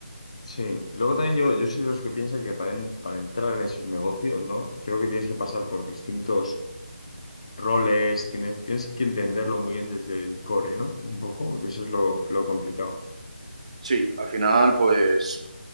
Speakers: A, on the left; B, on the right.
A: Sí, luego también yo, yo soy de los que piensa que también para entrar en esos negocios, ¿no? Creo que tienes que pasar por distintos roles, tienes, tienes que entenderlo muy bien desde el core, ¿no? Un poco, que eso es lo, lo complicado.
B: Sí, al final pues